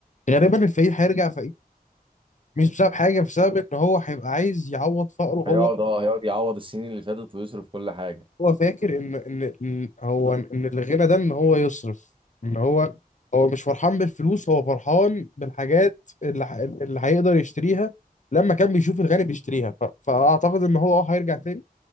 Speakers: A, on the left (about 50°); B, on the right (about 35°).
A: غالبا الفقير هيرجع فقير مش بسبب حاجه بسبب ان هو هيبقى عايز يعوض فقره هو
B: هيقعد اه هيقعد يعوض السنين اللي فاتت ويصرف كل حاجة
A: هو فاكر ان ان إن هو ان الغنى ده ان هو يصرف ان هو هو مش فرحان بالفلوس هو فرحان بالحاجات اللي ح- اللي هيقدر يشتريها لما كان بيشوف الغني بيشتريها ف... فاعتقد ان هو اه هيرجع تاني